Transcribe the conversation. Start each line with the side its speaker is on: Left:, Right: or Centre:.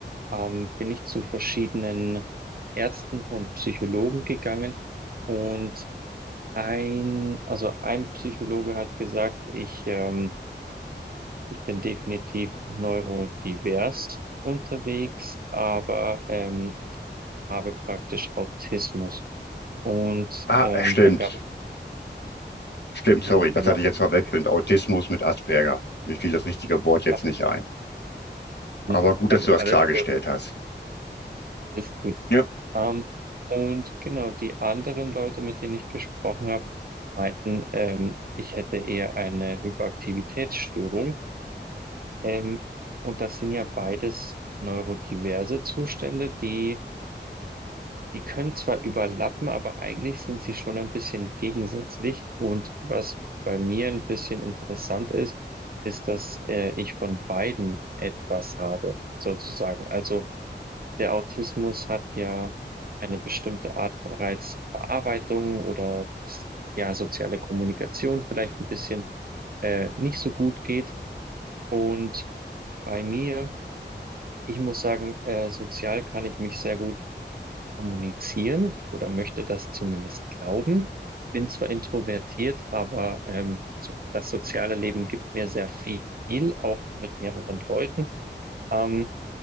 Right: ähm, bin ich zu verschiedenen Ärzten und Psychologen gegangen und ein, also ein Psychologe hat gesagt, ich, ähm, ich bin definitiv neurodivers unterwegs, aber ähm, habe praktisch Autismus. Und
Left: Ah,
Right: ähm,
Left: stimmt.
Right: dann gab's,
Left: Stimmt,
Right: genau,
Left: sorry,
Right: genau.
Left: das hatte ich jetzt verwechselt. Autismus mit Asperger. Mir fiel das richtige Wort jetzt
Right: Ach,
Left: nicht ein. Aber
Right: hm,
Left: gut,
Right: all-
Left: dass du das
Right: alles
Left: klargestellt
Right: gut,
Left: hast.
Right: alles gut.
Left: Ja.
Right: Ähm, und genau, die anderen Leute, mit denen ich gesprochen habe, meinten, ähm, ich hätte eher eine Hyperaktivitätsstörung. Ähm, und das sind ja beides neurodiverse Zustände, die Die können zwar überlappen, aber eigentlich sind sie schon ein bisschen gegensätzlich. Und was bei mir ein bisschen interessant ist, ist, dass äh, ich von beiden etwas habe, sozusagen. Also der Autismus hat ja eine bestimmte Art von Reizverarbeitung oder dass ja soziale Kommunikation vielleicht ein bisschen äh, nicht so gut geht. Und bei mir, ich muss sagen, äh, sozial kann ich mich sehr gut kommunizieren oder möchte das zumindest glauben. Bin zwar introvertiert, aber ähm, so, das soziale Leben gibt mir sehr viel, auch mit mehreren Leuten. Ähm,